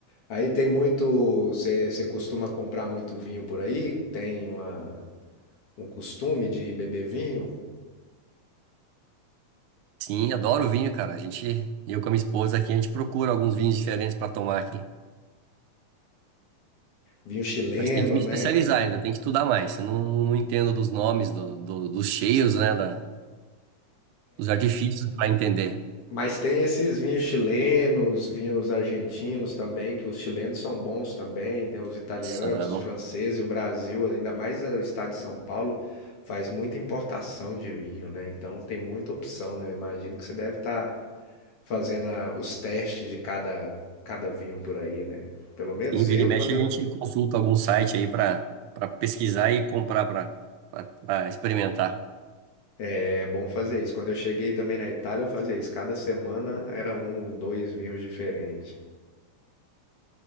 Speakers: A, on the left; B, on the right.
A: Aí tem muito, você você costuma comprar muito vinho por aí? Tem uma, um costume de beber vinho?
B: Sim, adoro vinho, cara. A gente, eu com a minha esposa aqui, a gente procura alguns vinhos diferentes pra tomar aqui.
A: Vinho chileno,
B: Mas tem que me
A: né?
B: especializar ainda, tem que estudar mais. Eu não, não entendo dos nomes, do, do- dos cheios, né? da- os artifícios para entender.
A: Mas tem esses vinhos chilenos, vinhos argentinos também, que os chilenos são bons também, tem os italianos,
B: São.
A: os franceses, e o Brasil, ainda mais o estado de São Paulo, faz muita importação de vinho, né? Então tem muita opção, né? Eu imagino que você deve estar fazendo a- os testes de cada, cada vinho por aí, né? Pelo menos
B: Em vira
A: eu,
B: e mexe,
A: quando
B: a
A: eu...
B: gente consulta algum site aí para para pesquisar e comprar para experimentar.
A: É bom fazer isso. Quando eu cheguei também na Itália, eu fazia isso. Cada semana era um, dois vinhos diferentes.